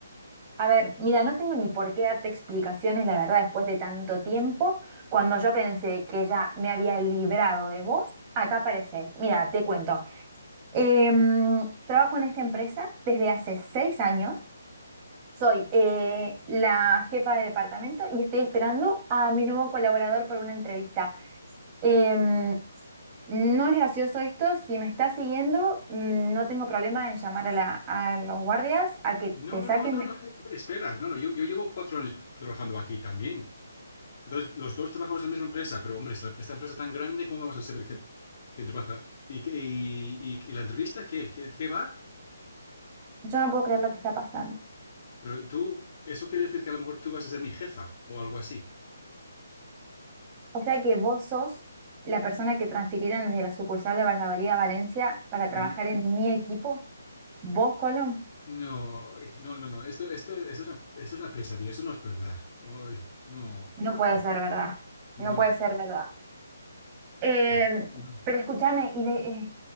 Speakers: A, on the right; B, on the left.
A: a ver, mira, no tengo ni por qué darte explicaciones, la verdad, después de tanto tiempo, cuando yo pensé que ya me había librado de vos, acá apareces. Mira, te cuento. Em, trabajo en esta empresa desde hace seis años. Soy eh, la jefa de departamento y estoy esperando a mi nuevo colaborador para una entrevista. Em, no es gracioso esto, si me estás siguiendo, mm, no tengo problema en llamar a, la- a los guardias a que
B: No,
A: te saquen
B: no, no,
A: de-
B: no. eh, espera, no, no. Yo, yo llevo cuatro años trabajando aquí también. Entonces, los dos trabajamos en la misma empresa, pero hombre, es la- esta empresa tan grande, ¿cómo vamos a saber quién, quién trabaja? ¿Y, qué- y, y- y la entrevista qué? ¿Qué, qué va?
A: Yo no puedo creer lo que está pasando.
B: Pero tú, eso quiere decir que a lo mejor tú vas a ser mi jefa o algo así.
A: O sea que vos sos la persona que transfirieron desde la sucursal de Valladolid a Valencia para
B: ¿Mm?
A: trabajar en mi equipo, vos, Colón.
B: No, ay, no, no, no, esto, esto, esto es una, esto es una pesadilla, eso no es verdad. Ay, no,
A: No puede
B: ay,
A: ser verdad,
B: no.
A: no puede ser verdad. Eh,
B: Bueno, no,
A: pero escúchame, y de, eh,